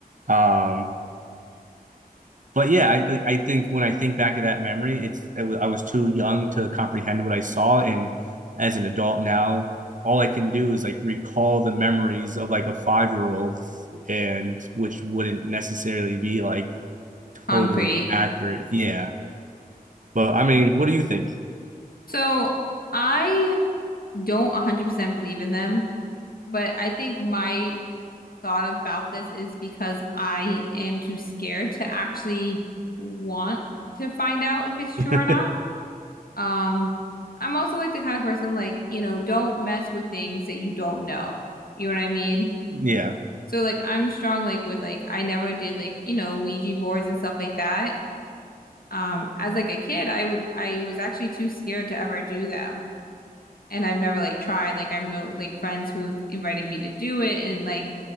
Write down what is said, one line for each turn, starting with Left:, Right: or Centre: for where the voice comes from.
Right: um, but yeah, I like, I think when I think back of that memory, it's I was too young to comprehend what I saw, and as an adult now, all I can do is like recall the memories of like a five year old, and which wouldn't necessarily be like
Left: Concrete.
Right: totally accurate. Yeah, but I mean, what do you think?
Left: So I don't 100% believe in them, but I think my thought about this is because I am too scared to actually want to find out if it's true
Right: <laughs>
Left: or not. Um, I'm also like the kind of person like, you know, don't mess with things that you don't know. You know what I mean?
Right: Yeah.
Left: So like I'm strong like with like I never did like, you know, Ouija boards and stuff like that. Um, as like a kid, I would I was actually too scared to ever do them. And I've never like tried. Like I've no like friends who've invited me to do it and like